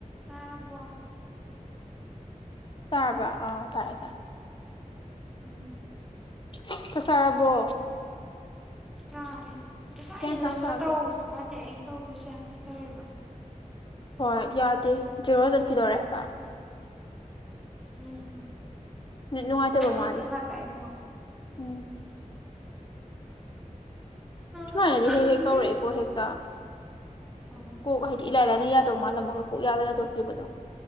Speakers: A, in the centre; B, on the left (about 35°).
A: ꯇꯥꯔꯕꯣ
B: ꯇꯥꯔꯕꯣ ꯑꯥ ꯇꯥꯏ
A: ꯎꯝ
B: ꯆꯥꯛ ꯆꯥꯔꯕꯣ
A: ꯆꯥꯔꯦ ꯏꯁꯥꯒꯤ
B: ꯀꯩ ꯏꯟꯁꯥꯡ
A: ꯂꯪꯉꯥ
B: ꯆꯥꯒꯦ
A: ꯇꯧꯕꯁꯨ ꯌꯥꯗꯦ ꯑꯇꯧ ꯇꯧꯕꯁꯨ ꯌꯥꯗꯦ ꯇꯧꯔꯤꯕ
B: ꯍꯣꯏ ꯌꯥꯗꯦ ꯖꯦꯔꯣ ꯆꯠꯈꯤꯗꯧꯔꯦ ꯍꯥꯏꯕ
A: ꯎꯝ
B: ꯅꯦꯠ ꯅꯨꯡꯉꯥꯏꯇꯕ
A: ꯍꯧꯖꯤꯛ
B: ꯃꯥꯜꯂꯦ
A: ꯈꯛꯇ ꯑꯩꯅ
B: ꯎꯝ ꯁꯨꯃꯥꯏꯅꯗꯤ
A: ꯍꯣꯏ ꯈꯪꯗ꯭ꯔꯤ
B: ꯍꯦꯛ ꯍꯦꯛ ꯇꯧꯔꯛꯑꯦꯀꯣ ꯍꯦꯛꯇ
A: ꯑꯥ
B: ꯀꯣꯛ ꯍꯥꯏꯗꯤ ꯏꯂꯥꯏ ꯂꯥꯏꯅ ꯌꯥꯗꯧ ꯃꯥꯜꯂꯝꯃꯒ ꯀꯣꯛ ꯌꯥꯗꯅ ꯇꯧꯈꯤꯕꯗꯣ